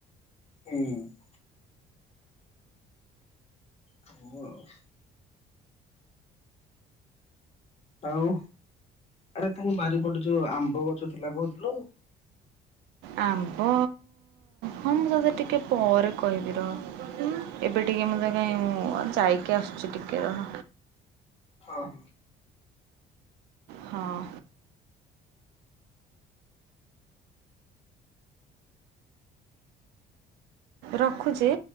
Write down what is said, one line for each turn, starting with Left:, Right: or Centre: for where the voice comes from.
Left: ହୁଁ। ହଁ ଆଉ। ଆଉ ଆରେ ତମ ବାରିପଟେ ଯୋଉ ଆମ୍ବ ଗଛ ଥିଲା କହୁଥିଲୁ
Right: ଆମ୍ବ ହଁ ମୁଁ ତତେ ଟିକେ ପରେ କହିବି ରହ। ଉଁ ଏବେ ଟିକେ ମତେ କାହିଁ ମୁଁ ଯାଇକି ଆସୁଛି ଟିକେ ରହ।
Left: ହଉ।
Right: ହଁ। ରଖୁଛି।